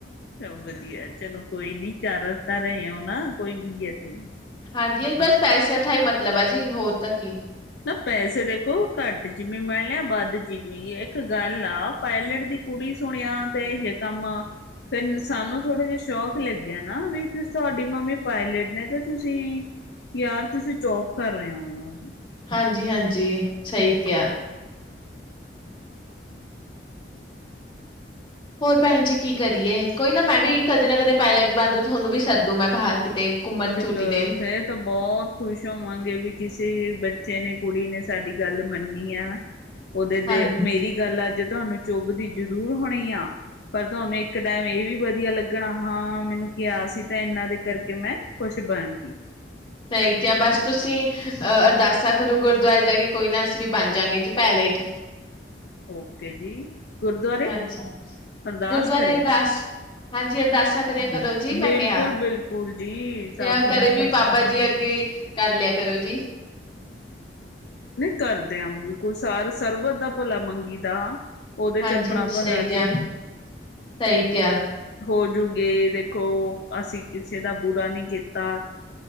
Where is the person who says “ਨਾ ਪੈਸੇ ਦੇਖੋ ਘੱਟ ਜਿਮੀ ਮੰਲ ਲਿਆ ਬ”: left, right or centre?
Left